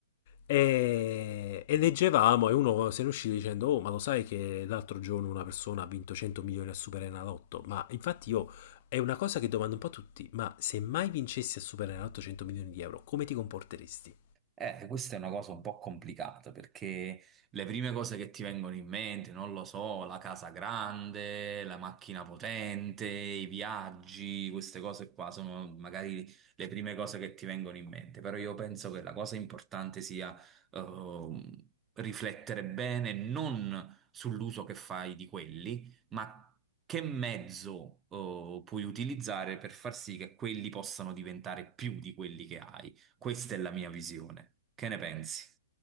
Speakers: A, on the left (about 45°); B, on the right (about 20°).
A: e, e leggevamo e uno se ne uscì dicendo, oh, ma lo sai che l'altro giorno una persona ha vinto 100 milioni a Superenalotto? Ma infatti io è una cosa che domando un po' a tutti, ma se mai vincessi a Superenalotto 100 milioni di euro, come ti comporteresti?
B: Eh, questa è una cosa un po' complicata perché... Le prime cose che ti vengono in mente, non lo so, la casa grande, la macchina potente, i viaggi, queste cose qua sono magari le prime cose che ti vengono in mente, però io penso che la cosa importante sia ehm, riflettere bene non sull'uso che fai di quelli, ma che mezzo eh, puoi utilizzare per far sì che quelli possano diventare più di quelli che hai. Questa è la mia visione. Che ne pensi?